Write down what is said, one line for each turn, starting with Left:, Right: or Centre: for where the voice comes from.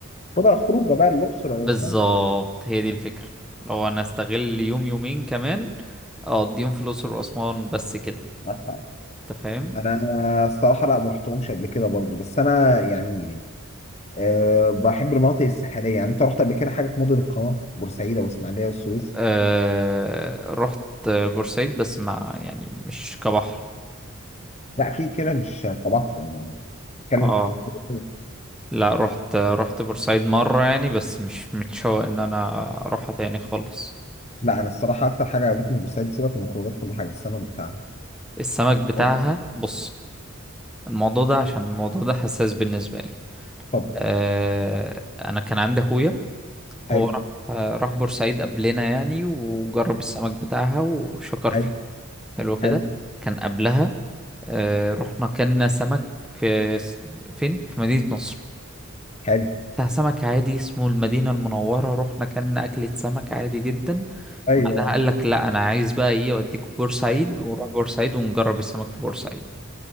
Left: خدها خروجه بقى الاقصر او
Centre: بالظبط
Left: اسوان
Centre: هي دي الفكرة لو انا استغل يوم يومين كمان اقضيهم في الاقصر واسوان بس كده
Left: معاك حق.
Centre: انت فاهم
Left: انا الصراحه لا ما رحتهمش قبل كده برضو بس انا يعني أه بحب المناطق الساحليه يعني انت رحت قبل كده حاجه في مدن القناه بورسعيد او اسماعيليه والسويس
Centre: أه رحت بورسعيد بس ما يعني مش كبحر
Left: لا اكيد كده مش طبعت يعني اتكلم
Centre: اه
Left: في الخروجات.
Centre: لا رحت رحت بورسعيد مرة يعني بس مش متشوق ان انا اروحها تاني خالص
Left: لا انا الصراحه اكتر حاجه عجبتني في بورسعيد سيبك من الخروجات كل حاجه السمك بتاعها
Centre: السمك بتاعها
Left: مد-
Centre: بص الموضوع ده عشان الموضوع ده حساس بالنسبة لي
Left: طب
Centre: آه انا كان عندي اخويا هو
Left: حلو
Centre: راح آه، راح بورسعيد قبلنا يعني وجرب السمك بتاعها وشكر فيه
Left: حلو
Centre: حلو كده
Left: حلو
Centre: كان قبلها آه رحنا كنا سمك في فين في مدينة نصر
Left: حلو
Centre: بتاع سمك عادي اسمه المدينة المنورة رحنا كلنا أكلة سمك عادي جدا
Left: ايوه
Centre: بعدها قال لك لا أنا عايز بقى إيه أوديكوا بورسعيد ونروح بورسعيد ونجرب السمك في بورسعيد